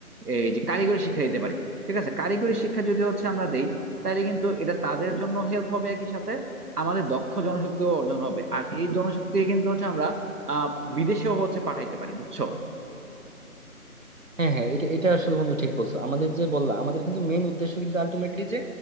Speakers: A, on the right (about 85°); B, on the right (about 60°).
A: এই যে কারিগরি শিক্ষা দিতে পারি ঠিক আছে কারিগরি শিক্ষা যদি হচ্ছে আমরা দেই তাহলে কিন্তু এটা তাদের জন্য হেল্প হবে একই সাথে আমাদের দক্ষ জনশক্তিও অর্জন হবে আর এই জনশক্তি কিন্তু হচ্ছে আমরা আহ বিদেশেও হচ্ছে পাঠাইতে পারি বুঝছো
B: হ্যাঁ হ্যাঁ এটা এটা আসলে বন্ধু ঠিক বলছো আমাদের যে বললা আমাদের কিন্তু মেইন উদ্দেশ্য কিন্তু আলটিমেটলি যে